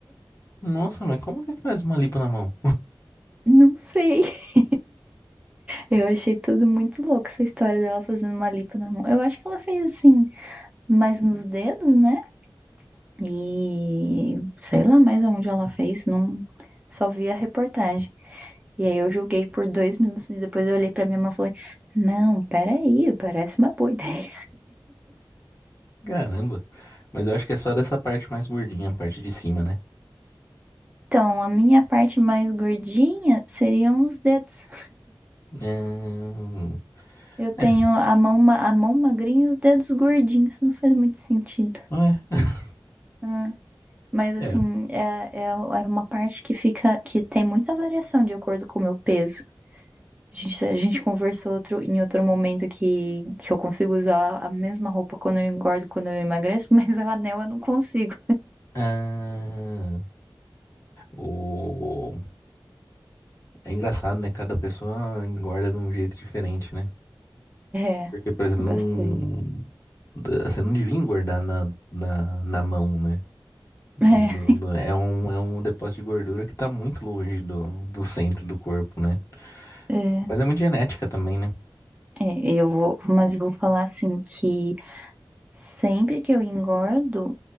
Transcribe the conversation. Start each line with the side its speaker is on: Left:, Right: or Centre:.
Left: Nossa, mas como que faz uma lipo na mão?
Right: Não sei. <laughs> Eu achei tudo muito louco, essa história dela fazendo uma lipo na mão. Eu acho que ela fez assim, mais nos dedos, né? E sei lá mais aonde ela fez, não só vi a reportagem. E aí eu joguei por dois minutos e depois eu olhei pra minha mãe e falei, não, peraí, parece uma boa ideia.
Left: <laughs> Caramba. Mas eu acho que é só dessa parte mais gordinha, a parte de cima, né?
Right: Então, a minha parte mais gordinha seriam os dedos.
Left: Hum,
Right: Eu tenho
Left: É,
Right: a mão, ma- a mão magrinha e os dedos gordinhos, isso não faz muito sentido.
Left: não é. <laughs>
Right: Ah, Mas assim,
Left: É.
Right: é, é, é uma parte que fica, que tem muita variação de acordo com o meu peso. A gente, a gente conversou outro, em outro momento que, que eu consigo usar a mesma roupa quando eu engordo, quando eu emagreço, <laughs> mas o anel eu não consigo.
Left: Ah, o... É engraçado, né? Cada pessoa engorda de um jeito diferente, né?
Right: É,
Left: Porque, por exemplo,
Right: bastante.
Left: não... da- você não devia engordar na, na, na mão, né? No-
Right: É,
Left: no- É um, é um depósito de gordura que tá muito longe do, do centro do corpo, né?
Right: é,
Left: Mas é muito genética também, né?
Right: é, eu vou, mas eu vou falar assim que sempre que eu engordo,